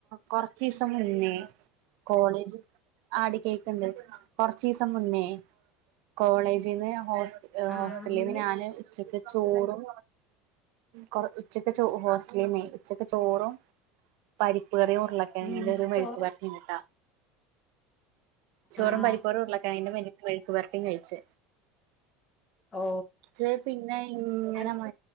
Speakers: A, on the right; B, on the left.
A: കൊറച്ചിസം മുന്നേ കോളേജ് ആടി കേക്ക് ണ്ട് കൊറച്ചിസം മുന്നേ കോളേജിന്ന് ഹോസ് ഏ
B: ആഹ്
A: ഹോസ്റ്റലിന്ന്
B: മുന്നേ
A: ഞാന് ഉച്ചക്ക് ചോറും കൊറ ഉച്ചക്ക് ചോ ഹോ <unintelligible> ഉച്ചക്ക് ചോറും പരിപ്പ് കറിയും ഉരുളക്കെഴങ്ങിന്റെ
B: ഉം
A: ഒരു മെഴുക്ക്
B: ചോറ്
A: പെരട്ടിയും ണ്ട് ട്ടോ ചോറും
B: ആഹ്
A: പരിപ്പ് <unintelligible> മെഴുക്കുപെരട്ടി കയിച്ച്
B: ഓ
A: ഞ്ച് ഇങ്ങനെ
B: അത്